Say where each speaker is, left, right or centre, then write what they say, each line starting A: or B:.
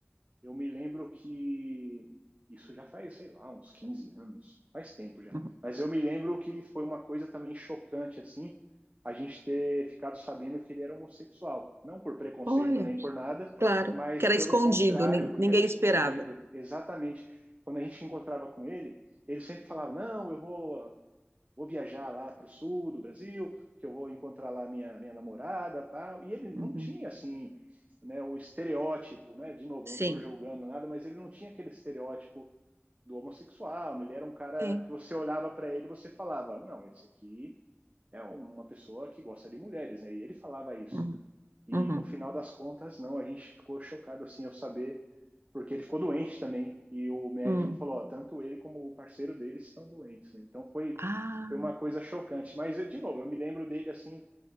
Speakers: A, on the right; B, on the right.
A: eu me lembro que isso já faz, sei lá, uns 15 anos, faz tempo já.
B: uhum.
A: Mas eu me lembro que foi uma coisa também chocante, assim, a gente ter ficado sabendo que ele era homossexual. Não por preconceito
B: Olha,
A: nem por nada,
B: claro,
A: mas
B: que era
A: pelo
B: escondido,
A: contrário,
B: nin-
A: porque
B: ninguém
A: era escondido.
B: esperava.
A: Exatamente. Quando a gente encontrava com ele, ele sempre falava: Não, eu vou vou viajar lá para o sul do Brasil, que eu vou encontrar lá minha, minha namorada tal. E ele não
B: Uhum,
A: tinha assim, né, o estereótipo, né? De novo,
B: Sim,
A: não estou julgando nada, mas ele não tinha aquele estereótipo do homossexual, né? ele era um cara
B: sim.
A: que você olhava para ele e você falava, não, esse aqui é uma pessoa que gosta de mulheres, né? E ele falava isso.
B: Uhum,
A: E
B: uhum,
A: no final das contas, não, a gente ficou chocado assim ao saber, porque ele ficou doente também, e o médico
B: uhum.
A: falou, ó, tanto ele como o parceiro dele estão doentes, né? Então foi,
B: Ah,
A: foi uma coisa chocante. Mas, de novo, eu me lembro dele assim,